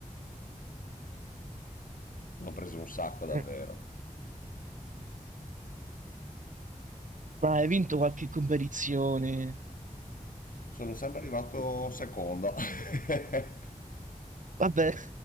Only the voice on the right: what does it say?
Eh, Ma hai vinto qualche competizione?
Vabbè,